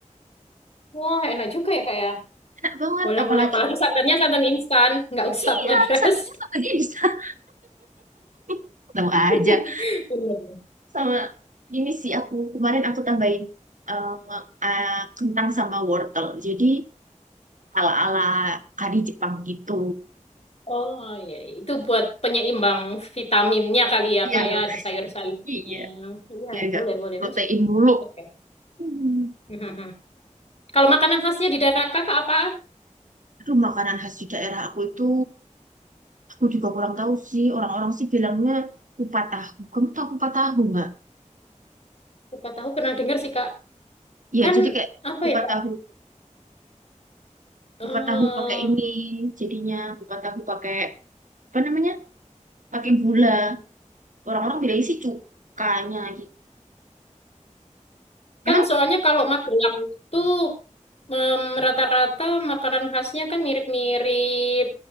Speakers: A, on the left; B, on the right.
A: Wah, enak juga ya, Kak, ya?
B: Enak banget,
A: Boleh,
B: apalagi
A: boleh. Apalagi santannya santan instan, nggak usah
B: iya,
A: meres.
B: satunya sama dia di sana. <laughs> Tahu aja.
A: <laughs> Bener.
B: Sama ini sih aku kemarin aku tambahin eh, eh, kentang sama wortel. Jadi ala-ala kari Jepang gitu.
A: Oh, ya. Itu buat penyeimbang vitaminnya kali ya,
B: Iya
A: Kak,
B: dong.
A: ya. Ada sayur-sayurnya.
B: Iya,
A: Iya,
B: biar nggak
A: boleh, boleh.
B: protein
A: Masuk.
B: mulu.
A: Oke. <laughs>
B: Hmm.
A: Mhm. Kalau makanan khasnya di daerah Kakak apa?
B: Itu makanan khas di daerah aku itu aku juga kurang tahu sih. Orang-orang sih bilangnya kupat tahu. Kamu tahu kupat tahu nggak?
A: Siapa tahu pernah dengar sih, Kak.
B: Iya,
A: Kan,
B: jadi kayak
A: apa
B: kupat
A: ya, Kak?
B: tahu
A: Eh,
B: kupat tahu pakai ini jadinya bukan tahu pakai apa namanya pakai gula orang-orang bilang isi cukanya gitu emang
A: kan soalnya kalau Magelang itu em, rata-rata makanan khasnya kan mirip-mirip